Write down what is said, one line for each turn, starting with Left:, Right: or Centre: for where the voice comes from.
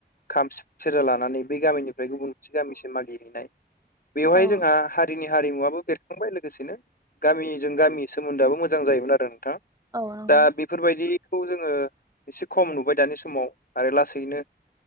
Left: खाम सेरजा लानानै बे गामिनिफ्राय गुबुन मोनसे गामिसिम मागिहैनाय बेवहाय
Right: औ
Left: जोंहा हारिनि हारिमुवाबबो बेरखांबाय लोगोसेनो गामिजों
Right: औ
Left: गामि सोमोन्दोआबो मोजां जायोमोन आरो नोंथाङा
Right: औ नंगौ
Left: दा बे बेफोरबायदिखौ जोङो एसे खम नुबाय दानि समाव आरो लासैनो